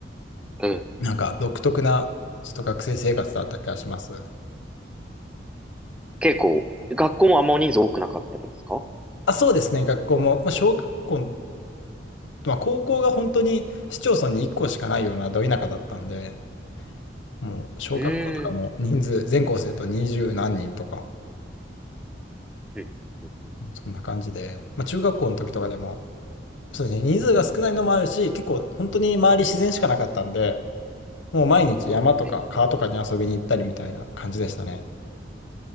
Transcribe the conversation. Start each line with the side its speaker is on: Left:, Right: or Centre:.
Centre: うん。うん。
Left: なんか独特な、ちょっと学生生活だった気がします。
Centre: 結構、学校もあんま人数多くなかったりですか
Left: あ、そうですね、学校も、まあ、小学校、まあ、高校が本当に市町村に1校しかないようなど田舎だったんで、もう小学校とかも人数、
Centre: うん。
Left: 全校生徒二十何人とか、
Centre: うん。うんうん
Left: そんな感じで、まあ、中学校の時とかでも、そうですね、人数が少ないのもあるし、結構本当に周り自然しかなかったんで、もう毎日山とか川とかに遊びに行ったりみたいな感じでしたね。
Centre: えー、え